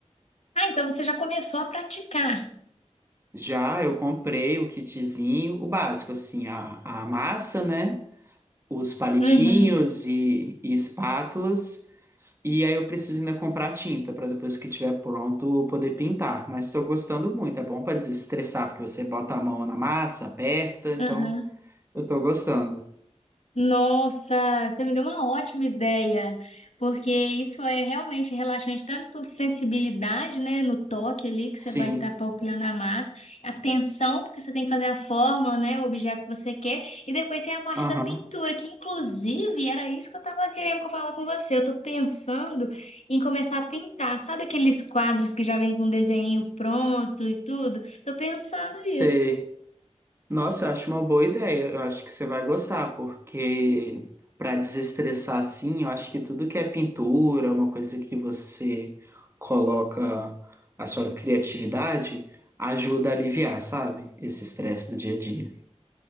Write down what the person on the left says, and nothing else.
Ah, então você já começou a praticar.
Uhum,
uhum.
Nossa, você me deu uma ótima ideia, porque isso é realmente relaxante, tanto sensibilidade, né, no toque ali que você
vai estar palpitando a massa, a tensão, porque você tem que fazer a forma, né, o objeto que você quer, e depois tem a parte
da pintura, que inclusive era isso que eu estava querendo falar com você. Eu estou pensando em começar a pintar, sabe aqueles quadros que já vem com desenho pronto e tudo? Estou pensando nisso.